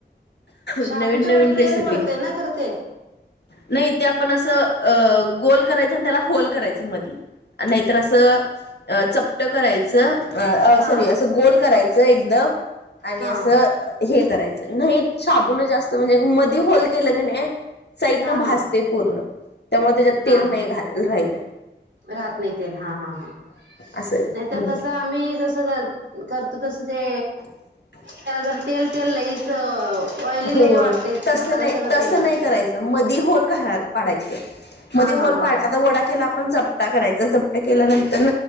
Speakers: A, on the right (about 85°); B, on the left (about 70°).
A: शाबूच्या
B: नवीन नवीन
A: वड
B: रेसिपी
A: तेल वढतंय ना खर ते.
B: नाही ते आपण असं अ गोल करायचं आणि त्याला होल करायचं मधी. नाहीतर असं चपट करायचं. अ
A: हा
B: सॉरी असं गोल करायचं एकदम आणि
A: हा
B: असं हे करायचं नाही शाबण जास्त म्हणजे मध होल केलं क नाही साईडन
A: हा
B: भासते
A: हा
B: पूर्ण त्यामुळे त्याच्यात तेल
A: हा हा
B: नाही घाल राहित
A: राहत नाही ते हा हा ह
B: असं
A: नाहीतर
B: म्हण
A: कसं आम्ही जस कर त तस ते
B: ह
A: त्याला जर तेल तेल लईच ऑइलीलाही
B: होय
A: वाढतय
B: तसं
A: हाता
B: नाही
A: सगळं
B: तसं
A: तेल लागते
B: नाही करायचं मधी होल का पाडायचं
A: हा
B: मध होल
A: हा हा
B: आता
A: हा
B: वडा केला चपटा करायचा चपटा केल्यानंतर